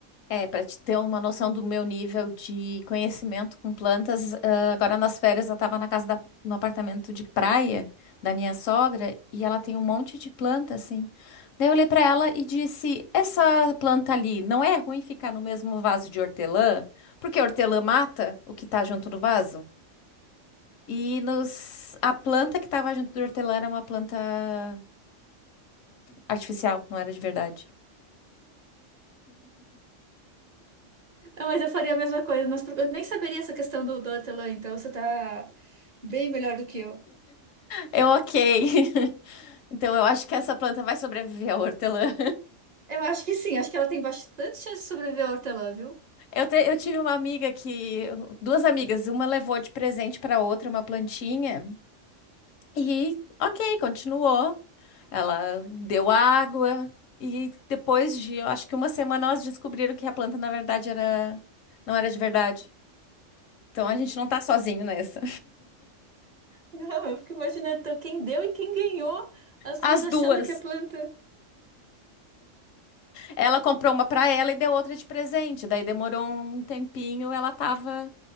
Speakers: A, on the left; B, on the right.
A: É, para te ter uma noção do meu nível de conhecimento com plantas, ah, agora nas férias eu estava na casa da, no apartamento de praia da minha sogra e ela tem um monte de planta assim. Daí eu olhei para ela e disse: "Essa planta ali não é ruim ficar no mesmo vaso de hortelã? Porque a hortelã mata o que está junto do vaso?" E nos, a planta que estava junto do hortelã era uma planta artificial, não era de verdade.
B: Ah, mas eu faria a mesma coisa. Nós- Eu nem saberia essa questão do, do hortelã, então você tá bem melhor do que eu.
A: Eu, ok. <laughs> Então eu acho que essa planta vai sobreviver à hortelã.
B: Eu acho que sim, acho que ela tem bastante chance de sobreviver ao hortelã, viu?
A: Eu, te- eu tive uma amiga que, duas amigas, uma levou de presente para outra uma plantinha e, ok, continuou. Ela deu água e depois de, eu acho que uma semana elas descobriram que a planta na verdade era, não era de verdade. Então a gente não tá sozinho nessa.
B: Não, eu fico imaginando então, quem deu e quem ganhou, as duas
A: As
B: achando
A: duas.
B: que é planta.
A: Ela comprou uma pra ela e deu outra de presente. Daí demorou um tempinho, ela tava